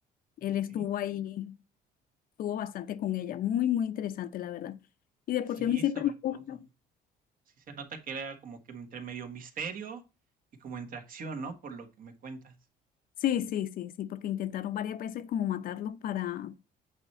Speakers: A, on the right; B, on the left.
A: okey.
B: Él estuvo ahí estuvo bastante con ella, muy, muy interesante, la verdad. Y de
A: Sí,
B: por sí a mí siempre
A: sobre
B: me
A: todo.
B: gusta.
A: Sí se nota que era como que entre medio misterio y como entre acción, ¿no? Por lo que me cuentas.
B: Sí, sí, sí, sí, porque intentaron varias veces como matarlos para,